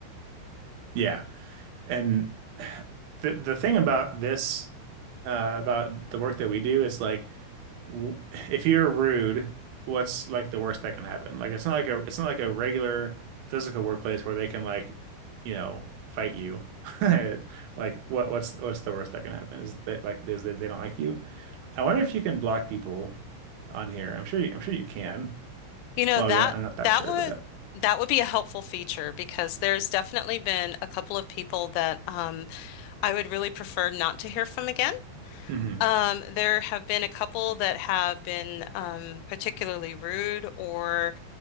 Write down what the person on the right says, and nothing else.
yeah, and <sighs> the the thing about this, uh, about the work that we do is like w- if you're rude, what's like the worst that can happen? Like it's not like a it's not like a regular physical workplace where they can like, you know, fight you. <laughs> Like what what's what's the worst that can happen is that like is that they don't like you. I wonder if you can block people on here. I'm sure you, I'm sure you can.
Well,
I guess- I'm not that
sure
about that.
hmm